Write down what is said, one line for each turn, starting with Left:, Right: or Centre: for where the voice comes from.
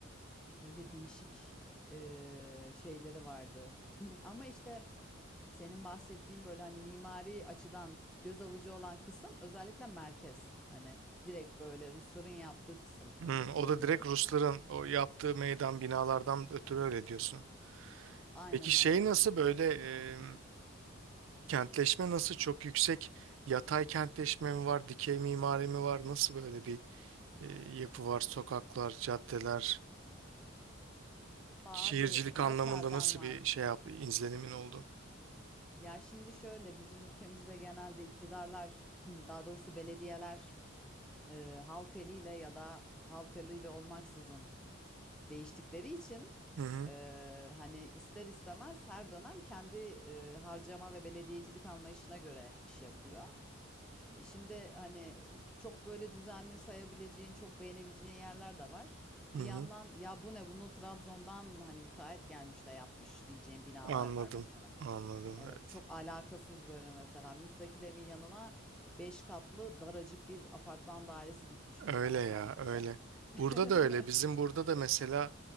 Centre: Öyle değişik eee, şeyleri vardı. <clears throat> Ama işte senin bahsettiğin böyle hani mimari açıdan göz alıcı olan kısım özellikle merkez. Hani direkt böyle Rusların yaptığı kısım
Right: Hmm, o
Centre: diyebilirim.
Right: da direkt Rusların o yaptığı meydan binalardan ötürü öyle diyorsun.
Centre: Aynen
Right: Peki şey
Centre: öyle.
Right: nasıl böyle e, kentleşme nasıl çok yüksek yatay kentleşme mi var, dikey mimari mi var? Nasıl böyle bir e, yapı var? Sokaklar, caddeler,
Centre: Vallahi
Right: şehircilik
Centre: abi her
Right: anlamında
Centre: telden
Right: nasıl
Centre: var.
Right: bir şey yaptı, izlenimin oldu?
Centre: Ya şimdi şöyle bizim ülkemizde genelde iktidarlar <clears throat> daha doğrusu belediyeler eee halk eliyle ya da halk eliyle olmaksızın değiştikleri için
Right: Hı hı,
Centre: eee, hani ister istemez her dönem kendi eee, harcama ve belediyecilik anlayışına göre iş yapıyor. E şimdi hani çok böyle düzenli sayabileceğin, çok beğenebileceğin yerler de var. Bir
Right: hı hı.
Centre: yandan ya bu ne bunu Trabzon'dan hani müteahhit gelmiş de yapmış diyeceğim binalar
Right: Anladım,
Centre: var mesela.
Right: anladım
Centre: Evet
Right: evet.
Centre: çok alakasız böyle mesela müstakil evin yanına 5 katlı daracık bir apartman dairesi dikmiş mesela
Right: Öyle
Centre: apart
Right: ya, öyle.
Centre: diye. <laughs>
Right: Burada da öyle. Bizim burada da mesela